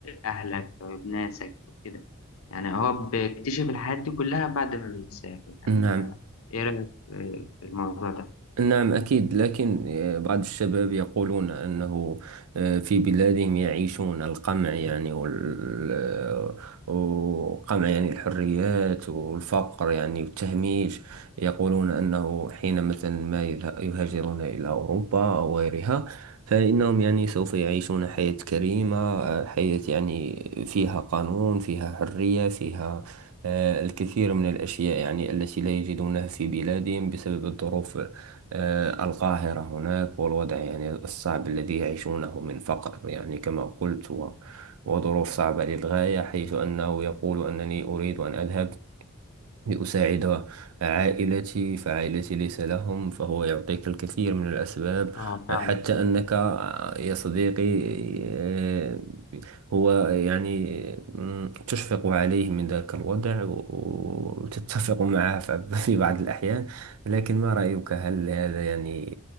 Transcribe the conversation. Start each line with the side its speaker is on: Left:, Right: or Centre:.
Left: أهلك طب ناسك وكده يعني هو بيكتشف الحاجات دي كلها بعد ما بيسافر يعني
Right: نعم
Left: أنت إيه رأيك في في الموضوع ده؟
Right: نعم أكيد لكن آه، بعض الشباب يقولون أنه آه، في بلادهم يعيشون القمع يعني وال- آه، وقمع يعني الحريات والفقر يعني والتهميش يقولون أنه حين مثلا ما يذه- يهاجرون إلى أوروبا أو غيرها فإنهم يعني سوف يعيشون حياة كريمة آه، حياة يعني فيها قانون فيها حرية فيها آه، الكثير من الأشياء يعني التي لا يجدونها في بلادهم بسبب الظروف آه، القاهرة هناك والوضع يعني الصعب الذي يعيشونه من فقر يعني كما قلت و- وظروف صعبة للغاية حيث أنه يقول أنني أريد أن أذهب لأساعد عائلتي فعائلتي ليس لهم فهو يعطيك الكثير من الأسباب
Left: آه فعلا
Right: حتى أنك يا صديقي آه، هو يعني مم، تشفق عليه من ذاك الوضع و- وتتفق معه ف- <laughs> في بعض الأحيان لكن ما رأيك هل هذا يعني